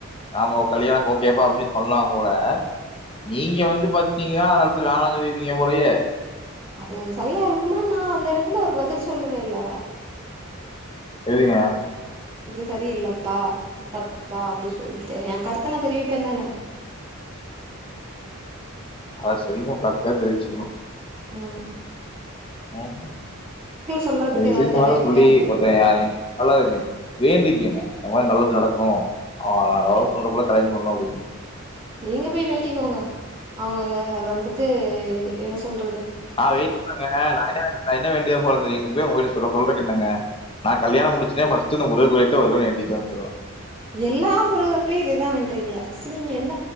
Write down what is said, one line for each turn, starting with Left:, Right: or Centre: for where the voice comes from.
Left: நாம கல்யாணக் ஓகேப்பா அப்டின்னு சொன்னாங்க கூட நீங்க வந்து பாத்தீங்கன்னா அந்த இடத்துல வேணா சொல்லிடுவீங்க போலயே
Right: அது சரியா இருக்குமா நா அந்த இடத்துல ஒரு பதில் சொல்லுவேல்ல
Left: எதுங்க
Right: இது சரியில்லப்பா இது தப்புப்பா அப்பிடி சொல்லுட்டு எ கருத்த நா தெரிவிப்பேன்தான
Left: அத செய்வோ கரெக்ட்டா தெரிவிச்சுக்கணு
Right: உம்
Left: உம்
Right: சொல்றதுக்கு
Left: தய்வ
Right: ஏதாவது
Left: செய்து இந்த
Right: தடை
Left: மாரியில்லா
Right: இருக்கா
Left: சொல்லி
Right: என்ன
Left: ஒன்னைய நல்லா வேண்டிக் க்கீங்க இந்த மாரி நல்லது நடக்குனு ஆஹா நா லவ் பண்ற புல்ல கல்யாணம் பண்ணும் அப்டின் சொலிட்
Right: நீங்க போய் வேண்டிக்கோங்க அவுங்க அஹ வந்துட்டு என்ன சொல்
Left: நா வெயிட் பண்ண நடந்தே வந்து நா என்ன வேண்டியது போறது இப்போவே உங்குகிட்ட சொல்றக் என்னங்க நா கல்யாணம் முடிச்சுதே பஸ்ட்டு முருகன் கோவில்குதா வருவ வேண்டிட்டே வந்துருவோ
Right: எல்லா முருகருட்டயு இததுதா வேன்றீங்க பஸ்ட் நீங்க எந்